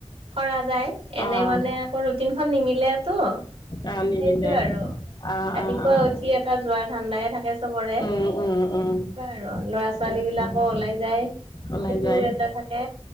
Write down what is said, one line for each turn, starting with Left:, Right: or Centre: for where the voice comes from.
Right: কৰা যায় এনে
Left: অ',
Right: মানে আকৌ ৰুটিন খন নিমিলে টো
Left: অ', নিনিলে
Right: সেইটোৱে আৰু
Left: অ',
Right: ৰাতিপুৱা
Left: অ', অ',
Right: উঠি এটা যোৱাৰ ধান্দায়ে থাকে চবৰে
Left: উম,
Right: তেনেকুৱাই
Left: উম, উম,
Right: আৰু লৰা
Left: সেইটো
Right: ছোৱালী বিলাকো
Left: অ',
Right: ওলাই যায়।
Left: ওলাই
Right: সেইটো
Left: যায়
Right: এটা থাকে